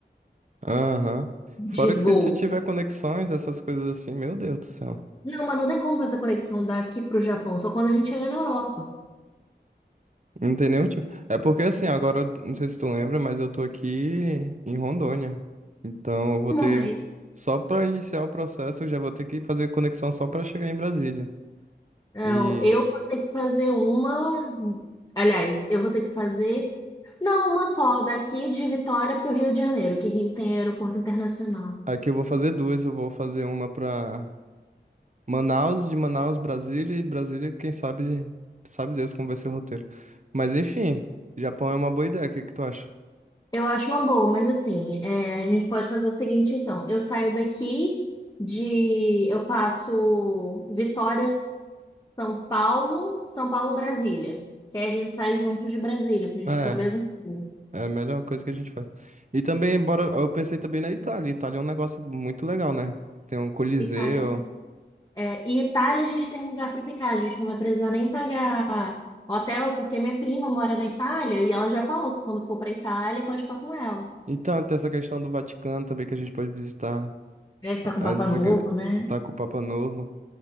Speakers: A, on the right; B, on the left.
A: Aham.
B: de
A: Fora
B: voo.
A: que se tiver conexões, essas coisas assim, meu Deus do céu.
B: Não, mas não tem como fazer conexão daqui para o Japão, só quando a gente chegar na Europa.
A: Não tem nenhum tipo. É porque assim, agora, não sei se tu lembra, mas eu tô aqui em Rondônia. Então eu vou
B: Não,
A: ter.
B: mas
A: Só pra iniciar o processo, eu já vou ter que fazer conexão só pra chegar em Brasília.
B: não,
A: E
B: eu vou ter que fazer uma. Aliás, eu vou ter que fazer. Não, uma só, daqui de Vitória para o Rio de Janeiro, que Rio tem aeroporto internacional.
A: aqui eu vou fazer duas. Eu vou fazer uma pra Manaus, de Manaus, Brasília, e Brasília, quem sabe, sabe Deus como vai ser o roteiro. Mas enfim, Japão é uma boa ideia, o que que tu acha?
B: Eu acho uma boa, mas assim, é, a gente pode fazer o seguinte, então. Eu saio daqui de. Eu faço Vitória, São Paulo, São Paulo, Brasília. Que aí a gente sai juntos de Brasília, porque a gente
A: É.
B: fica no mesmo voo.
A: É a melhor coisa que a gente faz. E também, bora, eu pensei também na Itália. Itália é um negócio muito legal, né? Tem um Coliseu.
B: Itália. É, e Itália a gente tem lugar para ficar, a gente não vai precisar nem pagar hotel, porque minha prima mora na Itália e ela já falou que quando for para Itália pode ficar com ela.
A: Então, tem essa questão do Vaticano também que a gente pode visitar.
B: É que tá com
A: As
B: Papa Novo,
A: igre...
B: né?
A: Tá com o Papa Novo.